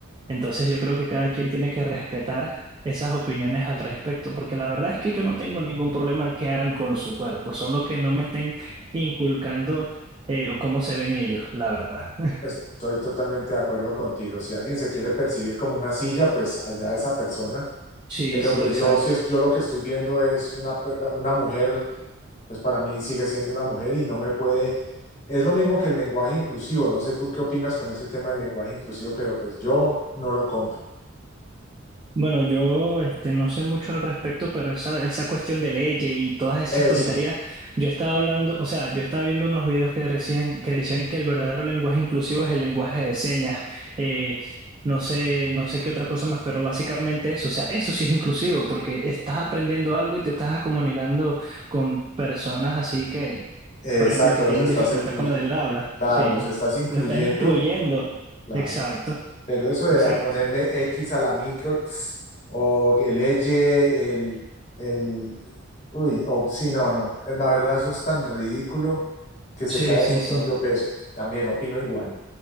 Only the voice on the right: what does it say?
Entonces yo creo que cada quien tiene que respetar esas opiniones al respecto, porque la verdad es que yo no tengo ningún problema que hagan con su cuerpo, solo que no me estén inculcando eh, o cómo se ven ellos, la verdad. <laughs>
Sí,
sí,
exacto.
Bueno, yo este, no sé mucho al respecto, pero esa, esa cuestión de leyes y todas esas
tonterías, yo estaba hablando, o sea, yo estaba viendo unos videos que, decían que decían que el verdadero lenguaje inclusivo es el lenguaje de señas, eh, no sé, no sé qué otra cosa más, pero básicamente eso, o sea, eso sí es inclusivo, porque estás aprendiendo algo y te estás comunicando con personas así que,
por ejemplo, que
tienen
dificultad
con lo del habla,
sí,
lo estás incluyendo,
exacto,
exacto,
sí,
sí,
sí.